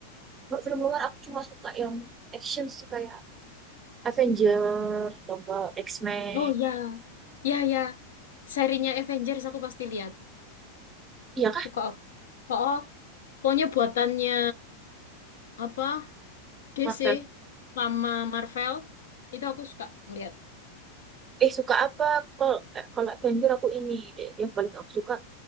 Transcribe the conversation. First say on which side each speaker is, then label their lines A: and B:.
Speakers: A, on the right; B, on the left.
A: kalau film luar aku cuma suka yang action sih kayak Avenger atau enggak X-Men
B: Oh ya, ya ya. Serinya Avengers aku pasti lihat.
A: iya kah
B: Suka aku. Oh, oh. pokoknya buatannya apa? DC
A: Marvel
B: sama Marvel itu aku suka ngeliat.
A: eh suka apa kalau eh, kalau Avenger aku ini deh yang paling aku suka